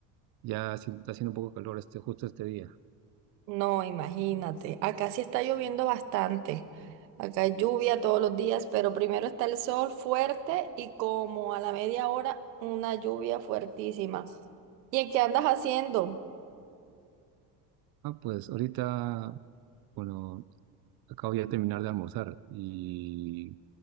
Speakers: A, on the right; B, on the right.
A: ya sí está haciendo un poco calor este, justo este día.
B: No, imagínate, acá sí está lloviendo bastante. Acá hay lluvia todos los días, pero primero está el sol fuerte y como a la media hora una lluvia fuertísima. ¿Y en qué andas haciendo?
A: Ah, pues ahorita, bueno, acabo ya de terminar de almorzar y,